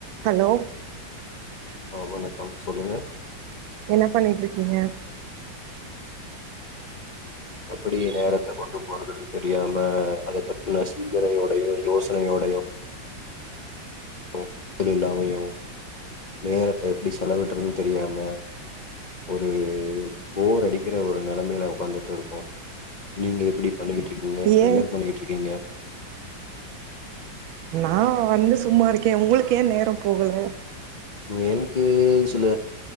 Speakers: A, on the right; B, on the left.
A: hello
B: ஆ வணக்கம் சொல்லுங்க
A: என்ன பண்ணிட்ருக்கீங்க
B: எப்டி நேரத்த கொண்டு போறதுன் தெரியாம அத பத்தினா சிந்தனையோடையு யோசனையோடையு <unintelligible> இல்லாமையும் நேரத்தை எப்டி செலவிடுறன்னு தெரியாம ஒரு போர் அடிக்கிற ஒரு நிலைமையில உகாந்துட்டு இருக்கோம் நீங்க எப்டி பண்ணிக்கிட்டு இருக்கீங்க
A: ஏ
B: என்ன பண்ணி ட்டு இருக்கீங்க
A: நா வந்து சும்மா இருக்கே உங்களுக்கு ஏன் நேரம் போகல
B: எனக்கு சில